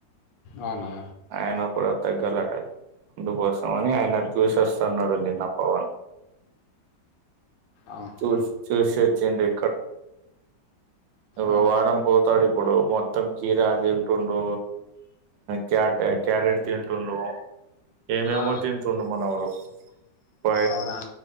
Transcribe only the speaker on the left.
అవునా
ఆహా
ఆ
ఆ
అవునా